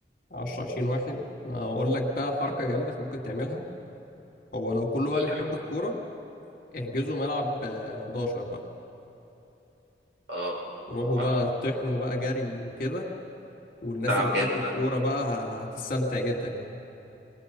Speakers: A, on the left (about 50°); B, on the right (about 85°).
A: 10 20 واحد اقول لك بقى حركة
B: اه
A: جامدة ممكن تعملها هو لو كله
B: قول
A: بقى بيحب
B: لي حاجه
A: الكورة احجزوا ملعب آه، 11 بقى
B: اه
A: روحوا
B: ملعب
A: بقى طحنوا بقى جري وكده والناس
B: تعب
A: اللي بتحب
B: جامد
A: الكورة
B: ده
A: بقى هتستمتع جدا يعني